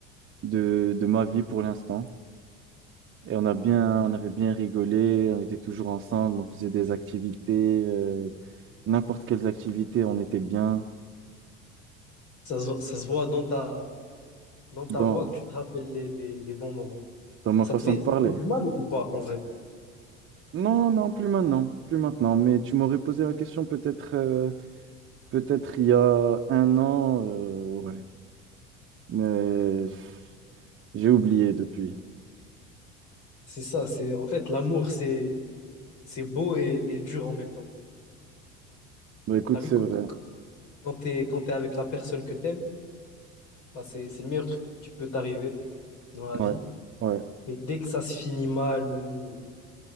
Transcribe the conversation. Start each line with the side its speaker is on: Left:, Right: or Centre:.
Right: de, de ma vie pour l'instant. Et on a bien, on avait bien rigolé, on était toujours ensemble, on faisait des activités, euh, n'importe quelles activités, on était bien
Left: Ça se, ça se voit dans ta, dans ta
Right: dans,
Left: voix que tu te rappelles les, les- les bons moments.
Right: dans ma
Left: Ça
Right: façon
Left: te fait,
Right: de
Left: ça
Right: parler.
Left: te fait du mal ou ou pas, en vrai?
Right: Non, non, plus maintenant, plus maintenant. Mais tu m'aurais posé la question peut-être euh, peut-être il y a un an. euh, ouais. mais j'ai oublié depuis.
Left: C'est ça, c'est en fait l'amour, c'est c'est beau et, et dur en même temps.
Right: Bah, écoute,
Left: T'as vu,
Right: c'est
Left: co-
Right: vrai.
Left: co- quand t'es, quand t'es avec la personne que t'aimes, bah, c'est, c'est le meilleur truc qui peut t'arriver dans la vie.
Right: Ouais, ouais,
Left: Mais dès que ça se finit mal ou,